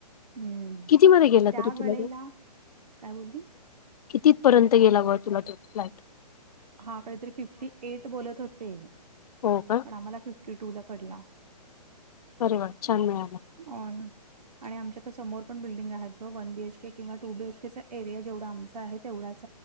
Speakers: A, on the right; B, on the left.
A: हम्म
B: कितीमध्ये गेला
A: त्यावेेळेला
B: तरी तुला
A: काय बोलली?
B: किती पर्यंत गेला व तुला फ्लाट.
A: हा काहीतरी फिफ्टी एट बोलत होते
B: हो का?
A: पण आम्हाला फिफ्टी फिफ्टी टू ला पडला.
B: अरे वा छान मिळाला.
A: हो ना आणि आमच्या तर समोर पन बिडिंग आहेत बघ वन बीएच के किंवा टू बीएच केचा एरिया जेवढ आमचा आहे तेवढाच